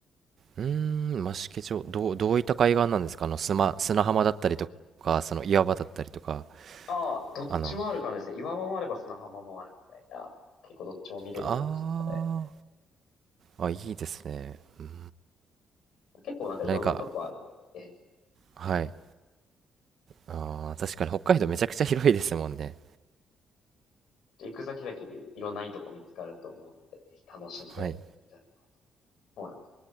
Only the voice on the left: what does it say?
ああ、どっちもある感じですね。
岩場もあれば砂浜もあるみたいな。結構どっちも見れる感じとかで。
結構なんかいろんなとこあるので、
え
え、行く先々でいろんないいとこ見つかると思うので、ぜひ楽しんでいただければと
思います。